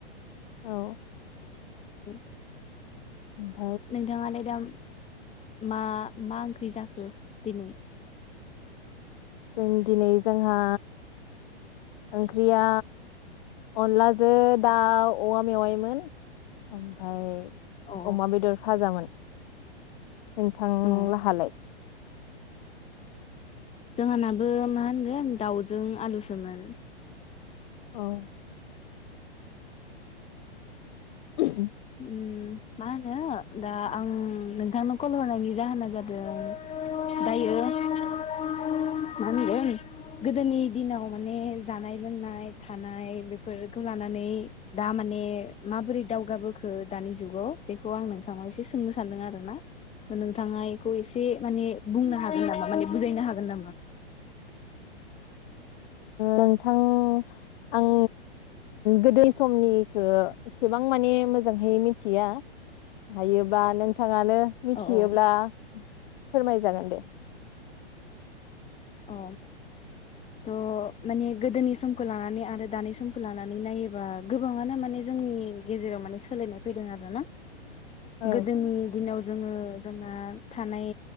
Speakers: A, on the left; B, on the left.
A: औ।
B: <unintelligible>
A: <unintelligible>
B: नोंथाङालायदाम मा मा ओंख्रि जाखो दिनै?
A: जों दिनै जोंहा ओंख्रिया अनलाजों दाउ औवा मेवायोन ओमफ्राय
B: अ
A: अमा बेदर फाजामोन। नोंथांलाहालाय?
B: अ जोंहानाबो मा होनगोन दाउजों आलुसोमोन।
A: ओ <unintelligible>
B: ओम मा होनो दा आं नोंथांनो कल हरनायनि जाहोना जादों दायो मा होनगोन गोदोनि दिनाव माने जानाय लोंनाय थानाय बेफोरखौ लानानै दा माने माबोरै दावगाबोख दानि जुगाव बेखौ आं नोंथाङा एसे सोंनो सानदों आरो ना नोंथाङा बेखौ एसे माने बुंनो हागोन नामा माने बुजायनो हागोन नामा।
A: नोंथां आं गोदै समनिखौ इसेबां माने मोजांहै मिथिया हायोबा नोंथाङानो मिथियोब्ला
B: औ औ
A: फोरमाय जागोन दे
B: अ थ' माने गोदोनि समखौ लानानै आरो दानि समखौ लानानै नायोबा गोबाङानो माने जोंनि गेजेराव माने सोलायनाय फैदों आरोना।
A: औ
B: गोदोनि दिनाव जोङो जोंना थानाय